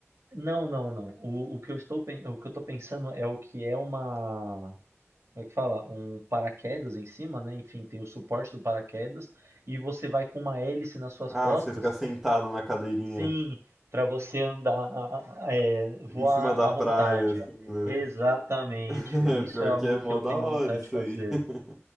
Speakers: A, on the right (about 65°); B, in the centre.
A: Não, não, não. O, o que eu estou, pen- o que eu tô pensando é o que é uma, como é que fala? Um paraquedas em cima, né? Enfim, tem o suporte do paraquedas e você vai com uma hélice nas suas
B: Ah,
A: costas,
B: você ficar sentado na cadeirinha
A: sim, para você andar, é, voar
B: em cima da
A: à
B: praia,
A: vontade.
B: assim, né?
A: Exatamente.
B: <laughs>
A: Isso
B: Pior
A: é algo
B: que é mó
A: que eu
B: da
A: tenho
B: hora
A: vontade
B: isso
A: de fazer.
B: aí. <laughs>